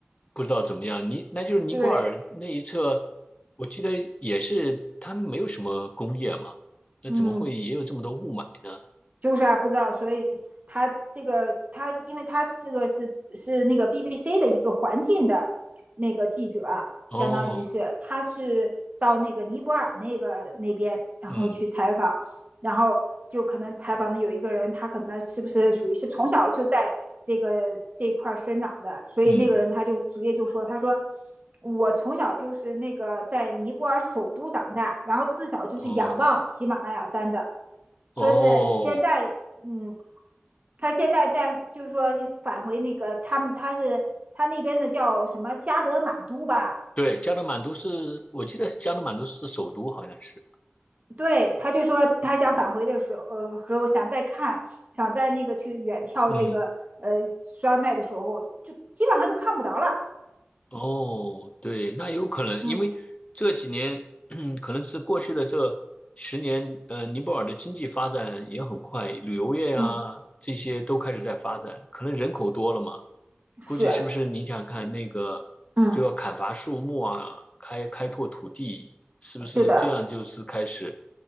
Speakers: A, on the left (about 35°); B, on the right (about 40°).
A: 不知道怎么样，尼那就是尼泊尔那一侧，
B: 对，
A: 我记得也是他们没有什么工业嘛，那怎么会也有这么多雾霾呢？
B: 嗯。就是啊，不知道，所以他这个他，因为他是个是是那个 BBC 的一个环境的那个记者啊，
A: 哦，
B: 相当于是他是到那个尼泊尔那个那边，然后去采访，
A: 嗯
B: 然后就可能采访的有一个人，他可能是不是属于是从小就在这个这块生长的，所以那个人他就直接就说，
A: 嗯，
B: 他说。我从小就是那个在尼泊尔首都长大，然后自小就是仰望喜马拉雅山的，
A: 哦
B: 说是现在，
A: 哦，
B: 嗯，他现在在就是说返回那个他们他是他那边的叫什么加德满都吧？
A: 对，加德满都是，我记得加德满都是首都，好像是，
B: 对，他就说他想返回的时候，呃，时候想再看，想在那个去远眺这个呃山脉的时候，
A: 嗯。
B: 就基本上就看不着了。
A: 哦，对，那有可能，
B: 嗯
A: 因为这几年，<clears throat> 可能是过去的这十年，呃，尼泊尔的经济发展也很快，旅游业啊，
B: 嗯，
A: 这些都开始在发展，可能人口多了嘛，
B: 是，
A: 估计是不是你想看那个就要砍伐树木啊，
B: 嗯
A: 开开拓土地，是不是这样就是开始
B: 是的，